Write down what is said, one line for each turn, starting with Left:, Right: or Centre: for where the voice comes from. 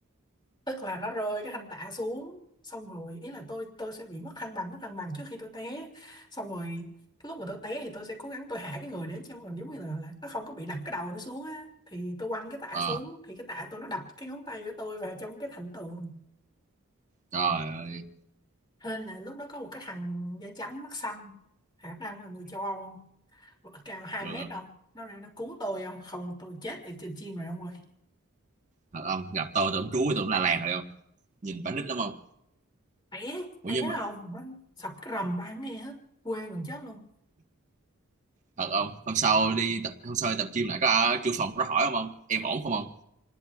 Left: tức là nó rơi cái thanh tạ xuống xong rồi ý là tôi tôi sẽ bị mất thăng bằng mất thăng bằng trước khi tôi té xong rồi cái lúc mà tôi té thì tôi sẽ cố gắng tôi hạ cái người đến cho mình giống như là, là nó không có bị đập cái đầu nó xuống á thì tôi quăng cái tạ
Right: Ờ,
Left: xuống thì cái tạ tôi nó đập cái ngón tay của tôi vào trong cái thành tường
Right: trời ơi,
Left: Hên là lúc đó có một cái thằng da trắng mắt xanh khả năng là người châu Âu cao hai
Right: được
Left: mét
Right: không?
Left: không nó ra nó cứu tôi không không tôi chết ở trên chim rồi ông ơi
Right: Thật không? Gặp tôi tôi cũng trú tôi cũng la làng rồi không? Nhìn phải nít lắm không?
Left: té
Right: Ủa
Left: té
Right: nhưng mà
Left: không nó sập cái rầm ai cũng nghe hết quê gần chết luôn
Right: thật không hôm sau đi tập, hôm sau đi tập gym lại có chủ phòng có hỏi không ông em ổn không ông